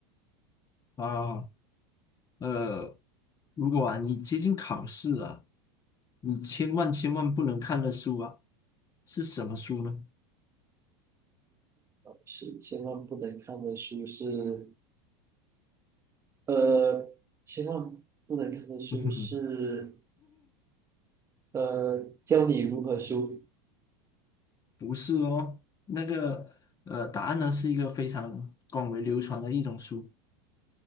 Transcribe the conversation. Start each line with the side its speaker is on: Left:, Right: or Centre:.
Left: 啊，呃，如果啊你接近考试了，你千万千万不能看的书啊，是什么书呢？
Right: 是千万不能看的书是，呃，千万不能看的书是，
Left: <laughs>
Right: 呃，教你如何输。
Left: 不是哦，那个呃，答案呢是一个非常广为流传的一种书。